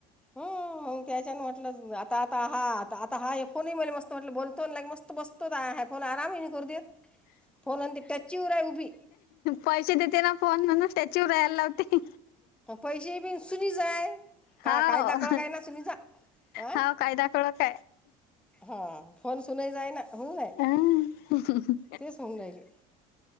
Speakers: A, in the centre; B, on the left (about 65°).
A: हो मंग त्याच्याने म्हटलं आता आता हा आता हा फोन मले मस्त वाटलं बोलतोन ला मस्त तो बसतो ताय हाय फोन आराम ही नी करू देत फोन आन त्याचीवर आहे उभी.
B: पैशे देते ना फोन म्हणून स्टॅच्यू राहायला लावते.
A: पैशे बी सुुनीचा हाय. का
B: हाव
A: काय दाकळ काही ना सुनीचा आं.
B: हाव कायदा कडक
A: हा फोन सुना, जाय ना म्हण नाय.
B: आं
A: तेच सांगून राहिले.